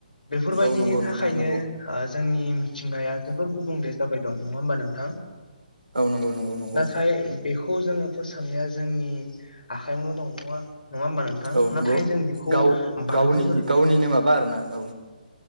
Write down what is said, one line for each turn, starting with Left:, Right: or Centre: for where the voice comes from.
Left: बेफोरबायदिनि
Right: औ नंगौ नोंथां
Left: थाखायनो
Right: नंगौ
Left: जोंनि मिथिंगाया जोबोर गुबुंले जाबाय दं नङा होमबा नोंथां?
Right: औ नंगौ नंगौ नंगौ
Left: नाथाय बेखौ जोङो फोसाबनाया जोंनि आखाइयावनो दं नङा नङा होमबा नोंथां
Right: औ नंगौ
Left: नाथाय जों बेखौ
Right: गाव
Left: बांहो
Right: गावनि गावनिनो माबा आरोना औ ओ